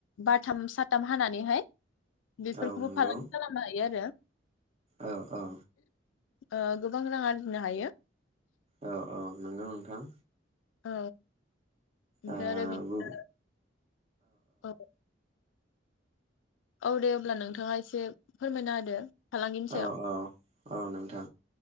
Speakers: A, on the left; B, on the right.
A: बारथाम साथाम हानानैहाय बेफोरखौबो
B: औ नंगौ
A: फालांगि <unintelligible> आरो
B: औ औ
A: ओ गोबां रां आरजिनो हायो।
B: औ औ नोंगौ नोंथां।
A: औ ओमफाय
B: ओ
A: आरो बिदिनो औ औ दे अब्ला नोंथाङा एसे फोरमायना होदो। फालांगिनि
B: औ
A: सायाव
B: औ औ नोंथां